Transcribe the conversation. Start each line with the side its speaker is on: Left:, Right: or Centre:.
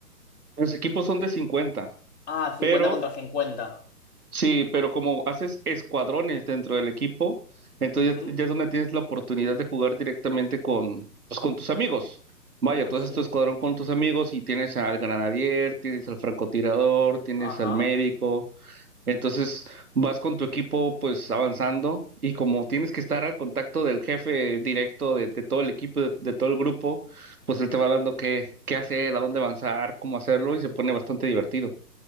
Right: Los equipos son de 50,
Left: Ah, cincuenta
Right: pero
Left: contra cincuenta
Right: sí, pero como haces escuadrones dentro del equipo, entonces
Left: Ujú.
Right: ya, ya es donde tienes la oportunidad de jugar directamente con, pues, con tus amigos. Vaya,
Left: Pues
Right: tú haces
Left: sí.
Right: tu escuadrón con tus amigos y tienes al granadier, tienes al francotirador, tienes
Left: Ajá.
Right: al médico. Entonces vas con tu equipo pues avanzando y como tienes que estar al contacto del jefe directo de, de todo el equipo, de, de todo el grupo, pues él te va dando qué, qué hacer, a dónde avanzar, cómo hacerlo y se pone bastante divertido.